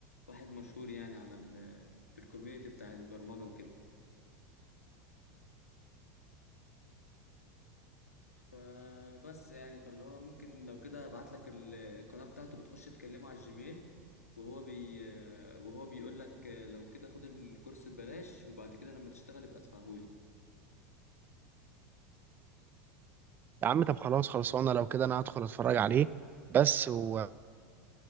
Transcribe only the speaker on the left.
واحد مشهور يعني على ال في الكوميونتي بتاع البرمجة وكده فبس يعني فاللي هو ممكن لو كده ابعت لك ال- القناة بتاعته بتخش تكلمه على الجيميل وهو بي وهو بيقول لك لو كده خد الكورس ببلاش وبعد كده لما تشتغل يبقى ادفعهولي